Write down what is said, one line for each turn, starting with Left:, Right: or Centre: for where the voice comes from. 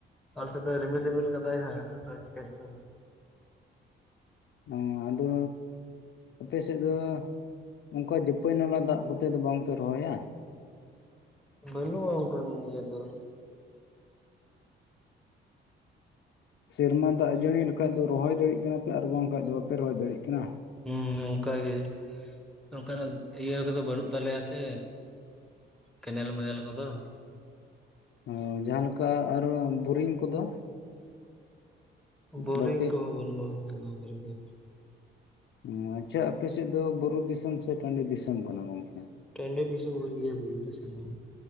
Centre: ᱟᱞᱮ ᱥᱮᱫ ᱫᱚᱭ ᱨᱤᱢᱤᱞ ᱨᱤᱢᱤᱞ ᱠᱟᱫᱟᱭ ᱦᱟᱸᱜ ᱟᱫᱚᱭ ᱪᱮᱠᱟᱹᱭᱮᱫ ᱪᱚᱭ?
Left: ᱚᱸ ᱟᱫᱚ ᱟᱯᱮ ᱥᱮᱫ ᱫᱚ ᱚᱱᱠᱟ ᱡᱟᱹᱯᱟᱹᱭ ᱱᱟᱞᱟ ᱫᱟᱜ ᱠᱚᱛᱮ ᱫᱚ ᱵᱟᱝ ᱯᱮ ᱨᱚᱦᱚᱭᱟ?
Centre: ᱵᱟᱹᱱᱩᱜᱼᱟ ᱚᱱᱠᱟᱱ ᱤᱭᱟᱹ ᱫᱚ᱾
Left: ᱥᱮᱨᱢᱟ ᱫᱟᱜ ᱡᱟᱹᱲᱤ ᱞᱮᱠᱟᱡ ᱫᱚ ᱨᱚᱦᱚᱭ ᱫᱟᱲᱤᱜ ᱠᱟᱱᱟᱯᱮ ᱟᱨ ᱵᱟᱝᱠᱷᱟᱡ ᱫᱚ ᱵᱟᱯᱮ ᱨᱚᱦᱚᱭ ᱫᱟᱲᱮᱜ ᱠᱟᱱᱟ?
Centre: ᱦᱩᱸ ᱚᱱᱠᱟ ᱜᱮ, ᱚᱱᱠᱟᱱᱟᱜ ᱤᱭᱟᱹ ᱠᱚᱫᱚ ᱵᱟᱹᱱᱩᱜ ᱛᱟᱞᱮᱭᱟ ᱥᱮ᱾ ᱠᱮᱱᱮᱞ ᱢᱮᱱᱮᱱᱮᱞ ᱠᱚᱫᱚ᱾
Left: ᱦᱚᱸ ᱡᱟᱦᱟᱸᱞᱮᱠᱟ ᱟᱨᱚ ᱵᱳᱨᱤᱝ ᱠᱚᱫᱚ?
Centre: ᱵᱳᱨᱤᱝ
Left: ᱵᱟᱯᱮ
Centre: ᱠᱚᱦᱚᱸ ᱵᱟᱹᱱᱩᱜᱼᱟ ᱱᱚᱣᱟ ᱠᱚᱨᱮ ᱫᱚ᱾
Left: ᱚᱸ ᱟᱪᱪᱷᱟ ᱟᱯᱮ ᱥᱮᱫ ᱫᱚ ᱵᱩᱨᱩ ᱫᱤᱥᱚᱢ ᱥᱮ ᱴᱟᱺᱰᱤ ᱫᱤᱥᱚᱢ ᱠᱟᱱᱟ ᱜᱚᱝᱠᱮ?
Centre: ᱴᱟᱺᱰᱤ ᱫᱤᱥᱚᱢ ᱠᱟᱱ ᱜᱮᱭᱟ, ᱵᱩᱨᱩ ᱫᱤᱥᱚᱢ ᱵᱟᱝ᱾